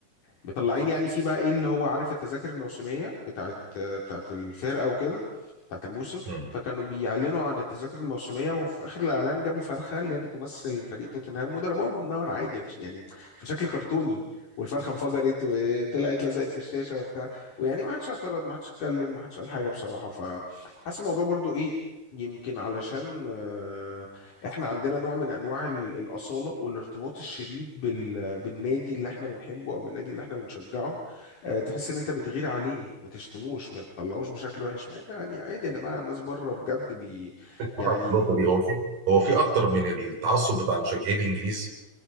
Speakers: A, on the left; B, on the right.
A: مطلعين يعني في بقى ايه اللي هو عارف التذاكر الموسميه بتاعت بتاعت الفرقه وكده بتاعت الموسم
B: مم.
A: فكانوا بيعلنوا عن التذاكر الموسميه وفي اخر الاعلان جابوا فرخه اللي هي بتمثل فريق توتنهام وضربوها بالنار عادي في- يعني في شكل كرتوني والفرخه انفجرت وطلعت لزقت في الشاشه وبتاع ويعني ما حدش اعترض ما حدش اتكلم ما حدش قال حاجه بصراحه فحاسس الموضوع برضو ايه يمكن علشان آه، احنا عندنا نوع من انواع ال- الاصاله والارتباط الشديد بال... بالنادي اللي احنا بنحبه او بالنادي اللي احنا بنشجعه أه تحس ان انت بتغير عليه ما تشتموش ما تطلعوش بشكل وحش مع ان يعني عادي يا جماعه الناس بره بجد بي يعني
B: طبعا في النقطه دي هو في هو في اكتر من التعصب بتاع مشجعي الانجليز